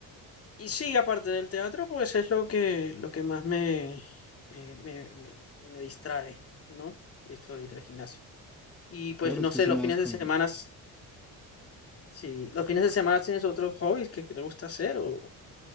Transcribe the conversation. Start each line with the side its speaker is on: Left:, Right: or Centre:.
Left: Y sí, aparte del teatro, pues es lo que, lo que más me, me, me- me- me distrae, ¿no? Esto de ir al gimnasio. Y pues
Centre: claro,
Left: no
Centre: es que
Left: sé,
Centre: es
Left: los
Centre: una
Left: fines
Centre: desconexión.
Left: de semana, si los fines de semana tienes otros hobbies que, que te gusta hacer o